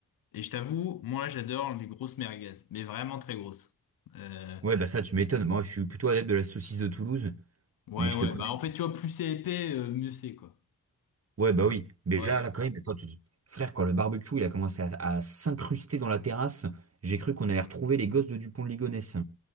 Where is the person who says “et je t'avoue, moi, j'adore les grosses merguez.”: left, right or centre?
Left